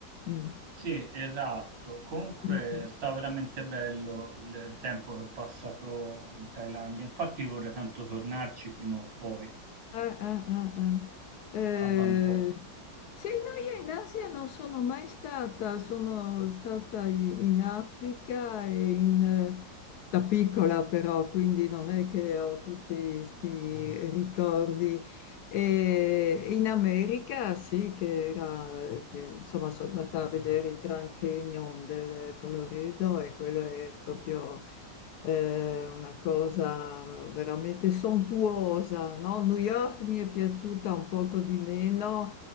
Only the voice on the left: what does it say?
Mm.
Mm,
Ah, ah, ah, ah. Eh,
sì, no, io in Asia non sono mai stata, sono stata i- in Africa e in, eh, da piccola però, quindi non è che ho tutti questi ricordi. E in America sì, che era, che, insomma, sono andata a vedere il Grand Canyon del Colorado e quello è proprio eh, una cosa veramente sontuosa, no? New York mi è piaciuta un poco di meno,